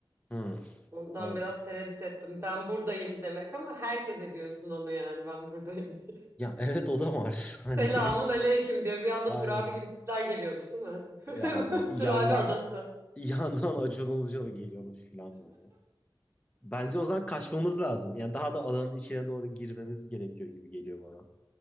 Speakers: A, on the left; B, on the right.
A: Hmm,
B: Ondan
A: evet.
B: biraz tereddüt ettim. Ben buradayım demek ama herkes ediyorsun onu yani ben buradayım diye. <laughs>
A: Ya evet o da var. <laughs> Hani
B: Selamun aleyküm diye bir anda
A: aynen.
B: Turabi gibi tipler geliyormuş değil mi?
A: Ya abi yandan
B: <laughs> Turabi adası.
A: yandan Acun Ilıcalı geliyormuş falan böyle. Bence o zaman kaçmamız lazım. Yani daha da alanın içine doğru girmemiz gerekiyor gibi geliyor bana.